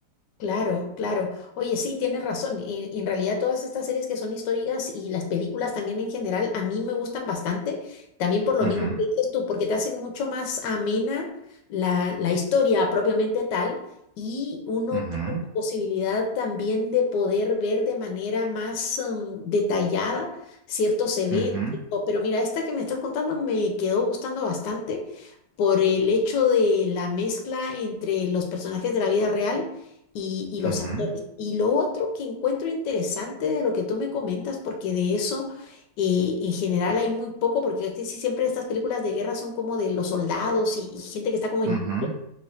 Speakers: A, on the left (about 75°); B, on the right (about 70°).
A: Claro, claro. Oye, sí, tienes razón. Y, y en realidad todas estas series que son históricas y las películas también en general, a mí me gustan bastante, también por lo
B: Ujú,
A: mismo que dices tú, porque te hacen mucho más amena la, la historia propiamente tal y uno
B: ujú,
A: tiene la posibilidad también de poder ver de manera más em, detallada ciertos eventos.
B: ujú,
A: Pero mira, esta que me estás contando me quedó gustando bastante por el hecho de la mezcla entre los personajes de la vida real y, y los
B: ujú,
A: actores. Y lo otro que encuentro interesante de lo que tú me comentas, porque de eso eh, en general hay muy poco, porque casi siempre estas películas de guerra son como de los soldados y, y gente que está como en...
B: ujú,